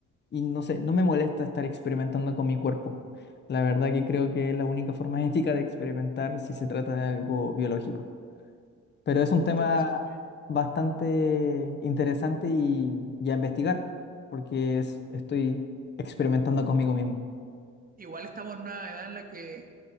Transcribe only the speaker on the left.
y no sé, no me molesta estar experimentando con mi cuerpo. La verdad que creo que es la única forma <laughs> ética de experimentar si se trata de algo biológico. Pero es un tema
bastante interesante y, y a investigar, porque es, estoy experimentando conmigo mismo.